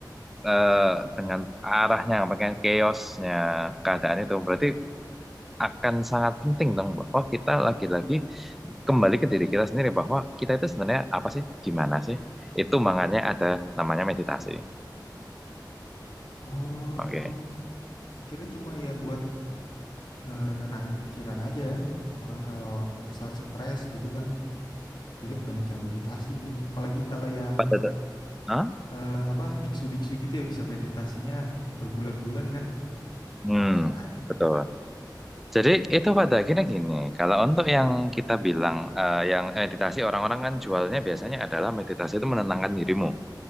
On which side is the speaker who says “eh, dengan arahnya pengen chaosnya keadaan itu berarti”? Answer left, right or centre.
Centre